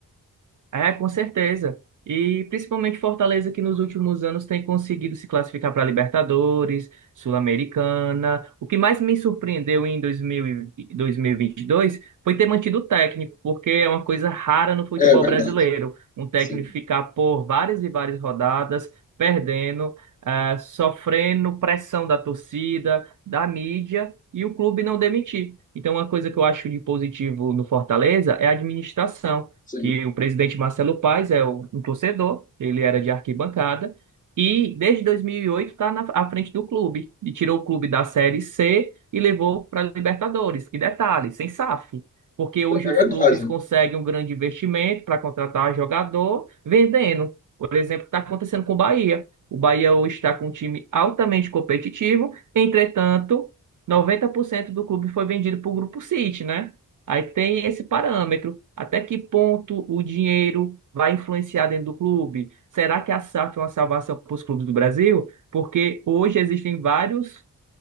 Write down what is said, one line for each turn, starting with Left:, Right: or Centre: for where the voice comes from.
Right: É, com certeza. E principalmente Fortaleza, que nos últimos anos tem conseguido se classificar para Libertadores, Sul-Americana. O que mais me surpreendeu em dois mil e dois mil e e vinte e dois foi ter mantido o técnico, porque é uma coisa rara no futebol
Left: É verdade.
Right: brasileiro. Um técnico
Left: Sim,
Right: ficar por várias e várias rodadas perdendo, ah, sofrendo pressão da torcida, da mídia e o clube não demitir. Então, uma coisa que eu acho de positivo no Fortaleza é a administração
Left: sim.
Right: que o presidente Marcelo Paes é o- um torcedor, ele era de arquibancada, e desde 2008 está à frente do clube, e tirou o clube da Série C e levou para a Libertadores. E detalhe, sem SAF, porque hoje
Left: É é
Right: os
Left: verdade.
Right: clubes
Left: É.
Right: conseguem um grande investimento para contratar jogador vendendo. Por exemplo, está acontecendo com o Bahia. O Bahia hoje está com um time altamente competitivo, entretanto, 90% do clube foi vendido para o Grupo City, né? Aí tem esse parâmetro. Até que ponto o dinheiro vai influenciar dentro do clube? Será que a SAF é uma salvação para os clubes do Brasil? Porque hoje existem vários